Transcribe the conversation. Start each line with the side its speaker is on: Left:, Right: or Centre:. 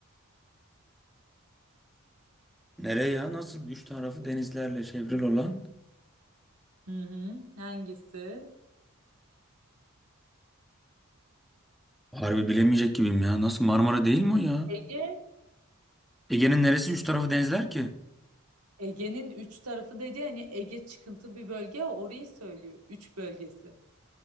Centre: Nereye ya? Nasıl üç tarafı denizlerle çevrili olan?
Right: Hı hı. Hangisi?
Centre: Harbi bilemeyecek gibiyim ya. Nasıl Marmara değil mi o ya?
Right: Ege.
Centre: Ege'nin neresi üç tarafı denizler ki?
Right: Ege'nin üç tarafı dedi hani Ege çıkıntı bir bölge ya, orayı söylüyor. Üç bölgesi.